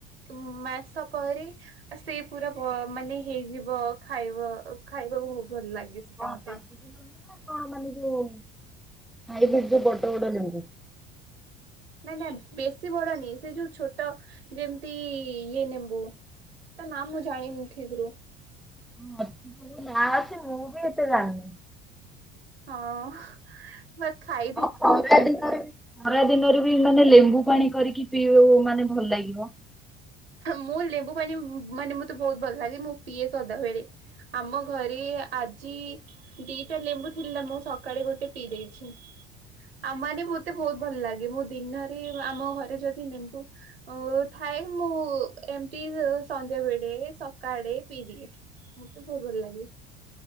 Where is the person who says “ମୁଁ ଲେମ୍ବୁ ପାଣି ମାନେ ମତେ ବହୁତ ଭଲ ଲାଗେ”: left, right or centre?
Right